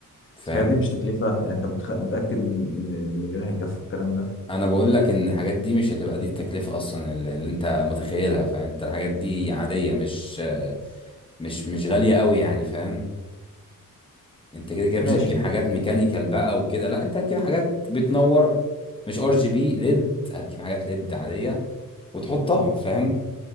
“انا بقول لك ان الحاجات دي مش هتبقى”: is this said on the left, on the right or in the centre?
Left